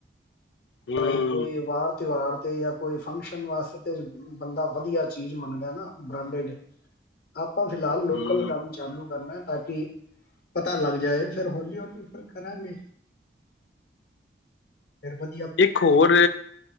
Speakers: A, on the left (about 85°); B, on the left (about 60°).
A: ਹੂੰ
B: ਬਣਾਈ ਹੋਈ ਵਾਰ ਤਿਉਹਾਰ। ਤੇ ਆਪ। ਕੋਈ ਫੰਕਸ਼ਨ ਵਾਸਤੇ ਤੇ। ਬੰਦਾ ਵਧੀਆ ਚੀਜ਼ ਮੰਗਦਾ ਨਾ ਬ੍ਰਾਂਡਡ ਆਪਾਂ ਫਿਲਹਾਲ ਲੋਕਲ
A: ਹੂੰ
B: ਕੰਮ ਚਾਲੂ ਕਰਨਾ ਅਤੇ ਪਤਾ ਲੱਗ ਜਾਏ ਫਿਰ ਹੌਲੀ ਹੌਲੀ ਫਿਰ ਕਰਾਂਗੇ ਫਿਰ ਬਲ
A: ਇੱਕ ਹੋਰ